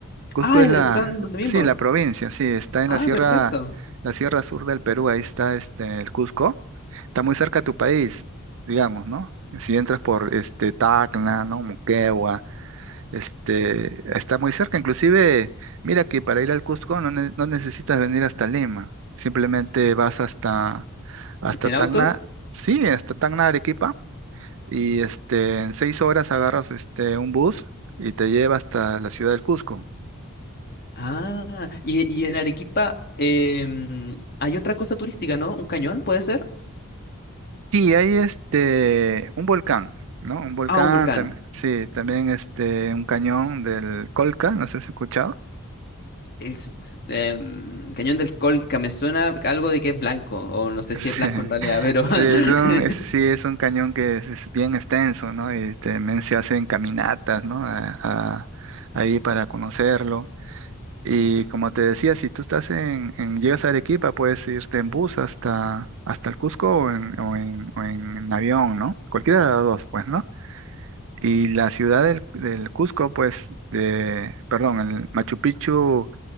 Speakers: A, on the right (about 65°); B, on the left (about 45°).
A: Cusco
B: Ah,
A: es la,
B: están donde mismo.
A: sí, la provincia, sí, está en
B: Ah,
A: la sierra,
B: perfecto.
A: la sierra sur del Perú, ahí está este, el Cusco. Está muy cerca a tu país, digamos, ¿no? Si entras por este, Tacna, ¿no? Moquegua, este, está muy cerca. Inclusive, mira que para ir al Cusco no, ne- no necesitas venir hasta Lima, simplemente vas hasta, hasta
B: ¿En
A: Tacna,
B: auto?
A: sí, hasta Tacna, Arequipa, y este, en seis horas agarras este, un bus y te lleva hasta la ciudad del Cusco.
B: Ah, y, y en Arequipa em, hay otra cosa turística, ¿no? ¿Un cañón puede ser?
A: Sí, hay este, un volcán, ¿no? Un volcán,
B: Ah, un volcán.
A: también, sí, también este, un cañón del Colca, no sé si has escuchado. <laughs>
B: El, s- s- em, Cañón del Colca, me suena algo de que es blanco, o no sé
A: Sí,
B: si es blanco en realidad, pero...
A: sí,
B: <laughs>
A: es un, es- sí, es un cañón que es, es bien extenso, ¿no? Y también se hacen caminatas, ¿no? A- a- ahí para conocerlo. Y como te decía, si tú estás en, en- llegas a Arequipa, puedes irte en bus hasta, hasta el Cusco o en, o en, o en avión, ¿no? Cualquiera de las dos, pues, ¿no? Y la ciudad del, del Cusco, pues, de, perdón, el Machu Picchu